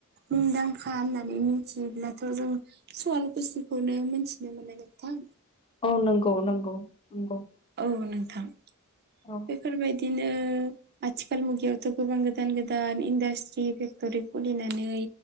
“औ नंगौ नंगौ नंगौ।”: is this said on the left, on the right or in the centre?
Left